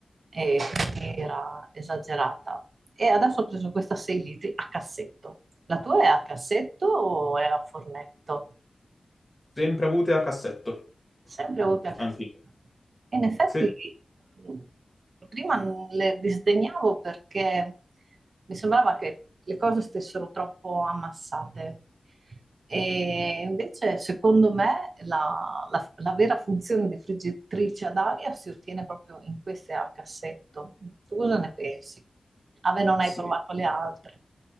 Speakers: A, on the right; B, on the left.
A: e quindi era esagerata. E adesso ho preso questa 6 litri a cassetto. La tua è a cassetto o è a fornetto?
B: Sempre avute a cassetto,
A: Sempre oltre a Castello.
B: anche io.
A: E in effetti
B: Sì,
A: mh, prima n- le disdegnavo perché mi sembrava che le cose stessero troppo ammassate. E invece, secondo me, la, la- la vera funzione di friggitrice ad aria si ottiene proprio in queste a cassetto. Tu cosa ne pensi? Ave, non
B: sì.
A: hai provato le altre.